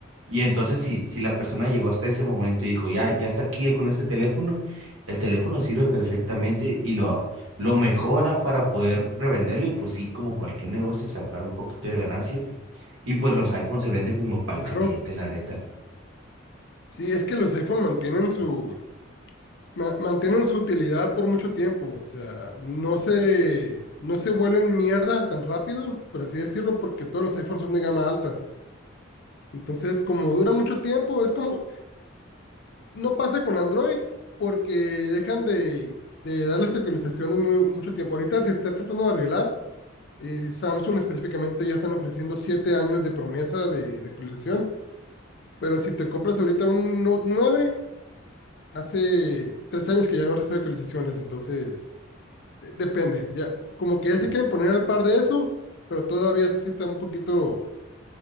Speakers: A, on the right (about 80°); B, on the left (about 55°).
A: Y entonces, si, si la persona llegó hasta ese momento y dijo, ya, ya está aquí con ese teléfono, el teléfono sirve perfectamente y lo, lo mejoran para poder revenderlo y pues sí, como cualquier negocio, sacar un poquito de ganancia. Y pues los iPhones se venden como pal
B: claro.
A: caliente, la neta.
B: Sí, es que los iPhone mantienen su, ma- mantienen su utilidad por mucho tiempo. O sea, no se, no se vuelven mierda tan rápido, por así decirlo, porque todos los iPhones son de gama alta. Entonces, como dura mucho tiempo, es como, no pasa con Android, porque dejan de, de darles actualizaciones mu- mucho tiempo. Ahorita se está tratando de arreglar. eh, Samsung específicamente ya están ofreciendo siete años de promesa de, de actualización Pero si te compras ahorita un Note 9 hace tres años que ya no recibe actualizaciones, entonces de- depende. Ya, como que ya se quieren poner al par de eso, pero todavía sí está un poquito